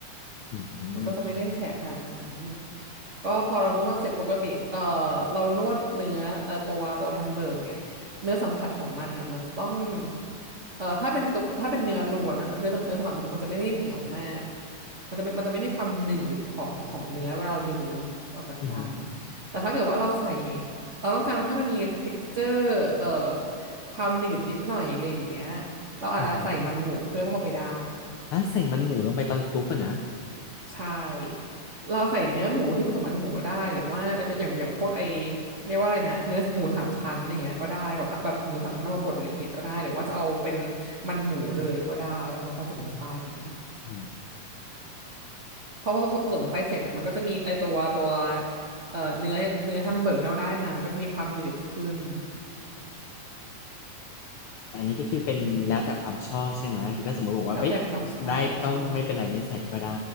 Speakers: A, on the left; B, on the right.
A: อืม
B: มันก็จะไม่ได้แฉะขนาดนั้นก็พอเรานวดเสร็จปกติเอ่อเรานวดเนื้อเอ่อตัวตัวแฮมเบอร์กเนี่ยเนื้อสัมผัสของมันอ่ะมันต้องเอ่อถ้าเป็นตัวถ้าเป็นเนื้อล้วนนะเนื้อสัมเนื้อสัมผัสมันจะมันจะไม่ได้เหนียวมากมันจะไม่มันจะไม่มีความหนืดของของเนื้อเวลาเราดึงออกจากกัน
A: อืม
B: แต่ถ้าเกิดว่าเราใส่เราต้องการให้มันมี texture เอ่อความหนืดนิดหน่อยอะไรอย่างเงี้ยเราอาจจะใส่มันหมูเพิ่มเข้าไปได้
A: อืมฮะใส่มันหมูลงไปตอนคลุกอะนะ
B: ใช่เราใส่เนื้อหมูที่ผสมมันหมูได้หรือว่าอย่างอย่างพวกไอเรียกว่าอะไรนะเนื้อหมูสามชั้นอย่างเงี้ยก็ได้แบบแบบหมูสามชั้นเอามาบดละเอียดก็ได้หรือว่าจะเอาเป็นมันหมูเลยก็ได้เอามาผสมลงไปอย่างนี้
A: อืม
B: พอผสมผสมลงไปเสร็จอ่ะมันก็จะมีไอตัวตัวเอ่อเนื้อเนื้อแฮมเบอร์กที่เราได้มามันก็จะมีความหนืดขึ้น
A: แต่อันนี้ก็คือเป็นแล้วแต่ความชอบใช่ไหมคือถ้าสมมติบอกว่าไม่
B: อืมแล้วแต่ความชอบใช่
A: ได้ก็ไม่เป็นไรไม่ใส่ก็ได้